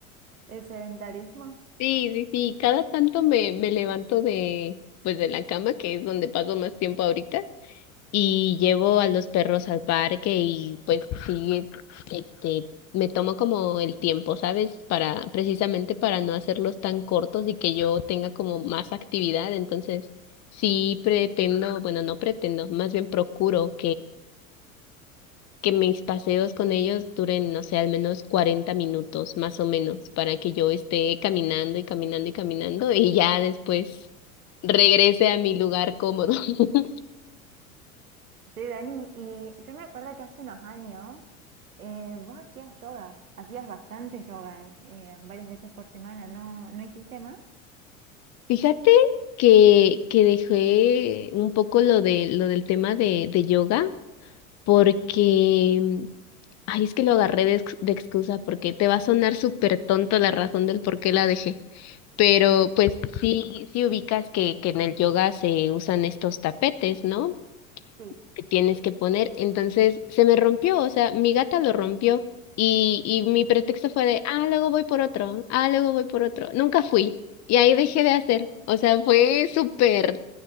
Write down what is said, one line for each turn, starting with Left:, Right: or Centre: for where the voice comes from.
Right: el sedentarismo?
Left: Sí, sí, sí, cada tanto me, me levanto de, pues de la cama, que es donde paso más tiempo ahorita, y llevo a los perros al parque y pues sí, este, me tomo como el tiempo, ¿sabes? Para, precisamente para no hacerlos tan cortos y que yo tenga como más actividad, entonces sí pretendo, bueno, no pretendo, más bien procuro que mis paseos con ellos duren, no sé, al menos 40 minutos, más o menos, para que yo esté caminando y caminando y caminando y ya después regrese a mi lugar cómodo. <laughs>
Right: Sí, Dani, y yo me acuerdo que hace unos años eh, vos hacías yoga, hacías bastante yoga eh, varias veces por semana, ¿no, no hiciste más?
Left: Fíjate que, que dejé un poco lo de lo del tema de, de yoga porque ay, es que lo agarré de, ex- de excusa porque te va a sonar súper tonto la razón del por qué la dejé. Pero pues sí, sí ubicas que, que en el yoga se usan estos tapetes, ¿no?
Right: Sí.
Left: que tienes que poner. Entonces se me rompió, o sea, mi gata lo rompió y, y mi pretexto fue de, ah, luego voy por otro, ah, luego voy por otro. Nunca fui y ahí dejé de hacer, o sea, fue súper